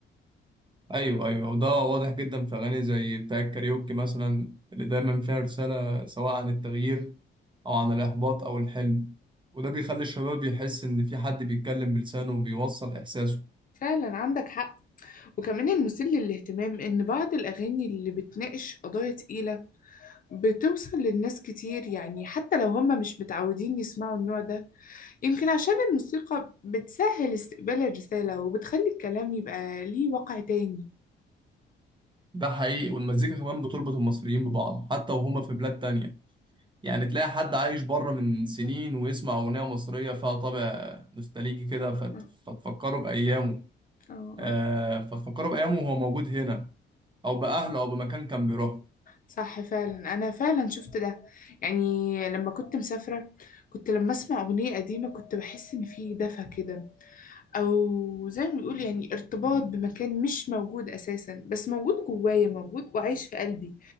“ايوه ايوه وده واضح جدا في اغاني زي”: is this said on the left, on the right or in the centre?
Right